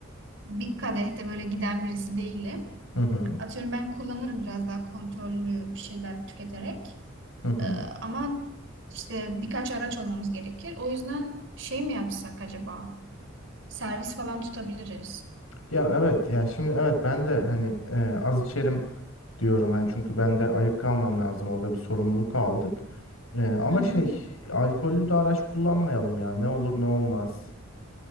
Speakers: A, on the right; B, on the left.
A: bir kadehte böyle giden birisi değilim.
B: Hı hı.
A: Atıyorum ben kullanırım biraz daha kontrollü bir şeyler tüketerek.
B: Hı hı.
A: Ee, ama işte birkaç araç olmamız gerekir. O yüzden şey mi yapsak acaba? Servis falan tutabiliriz.
B: Ya evet ya şimdi evet ben de hani e, az içerim diyorum hani çünkü ben de ayık kalmam lazım orada bir sorumluluk aldık. E, ama
A: Hı hı.
B: şey alkollü de araç kullanmayalım ya ne olur ne olmaz.